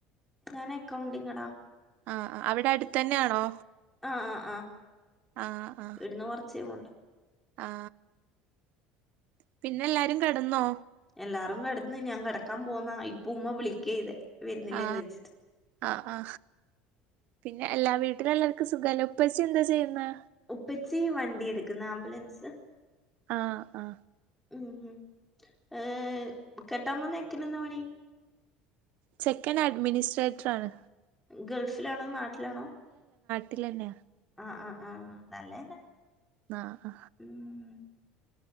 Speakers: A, in the centre; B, on the right.
A: ഞാൻ അക്കൗണ്ടിങ്ങാടാ.
B: ആ. അവിടെ അടുത്തന്നെയാണോ?
A: ആ ആ ആ.
B: ആ ആ
A: ഇവട്ന്ന് കൊറച്ചേ പോവാണ്ട്.
B: ആ. പിന്നെ എല്ലാരും കിടന്നോ?
A: എല്ലാരും കെട്ന്ന്. ഞാൻ കിടക്കാൻ പോന്ന. ഇപ്പ ഉമ്മ വിളിക്കയ്തെ. വരുന്നില്ലേന്ന്
B: ആ
A: ചോദിച്ചിട്ട്.
B: ആ ആ. പിന്നെ എല്ലാ വീ ത്അവിടെ എല്ലാവർക്കും സുഖല്ലേ? ഉപ്പച്ചി എന്താ ചെയ്യുന്നേ?
A: ഉപ്പച്ചി വണ്ടി എടുക്കുന്ന, ആംബുലൻസ്.
B: ആ. ആ.
A: ഓം ഏ കെട്ടാൻ പോകുന്ന ചെക്കനന്താ പണി?
B: ചെക്കൻ അഡ്മിനിസ്ട്രേറ്റർ ആണ്.
A: ഗൾഫിലാണോ? നാട്ടിലാണോ?
B: തിലെനെ
A: ആ. ആ. ആ. നല്ലേന്നെ.
B: ആ ആ
A: ഉം